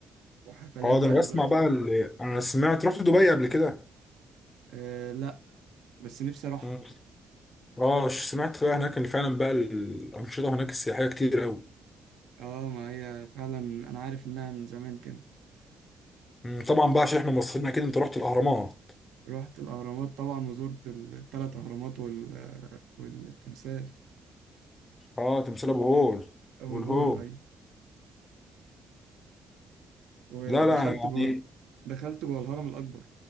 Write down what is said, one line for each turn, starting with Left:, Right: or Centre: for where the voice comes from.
Right: وحفلات
Left: اه
Right: بقى
Left: ده انا
Right: مم.
Left: بسمع
Right: دلوقتي
Left: بقى
Right: بقى
Left: اللي انا سمعت رحت دبي قبل كده
Right: أه لا بس نفسي أروح
Left: أمم. اه ش- سمعت بقى هناك ان فعلا بقى الانشطه هناك السياحيه كتير قوي
Right: اه ما هي فعلا أنا عارف إنها من زمان كده
Left: أمم، طبعا بقى عشان احنا مصريين اكيد انت رحت الاهرامات
Right: رحت الأهرامات طبعا وزرت الثلاث أهرامات وال... آه، والتمثال
Left: اه تمثال ابو هول
Right: أو
Left: والهول
Right: الهول أي ودخلت
Left: لا لا انا
Right: جوه
Left: يعني
Right: دخلت جوه الهرم الأكبر